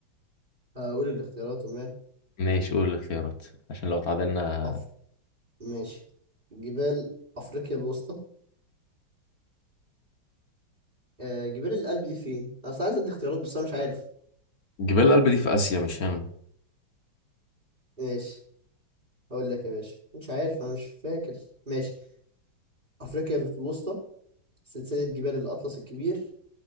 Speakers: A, on the right; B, on the left.
A: هقول الاختيارات ومال
B: ماشي قول الاختيارات عشان لو اتعادلنا
A: أف... ماشي جبال أفريقيا الوسطى آه جبال القلب دي فين؟ أنا أصل عايز أدي اختيارات بس أنا مش عارف
B: جبال الألب دي في آسيا مش هنا
A: ماشي هقول لك يا باشا مش عارف أنا مش فاكر ماشي أفريقيا الوسطى سلسلة جبال الأطلس الكبير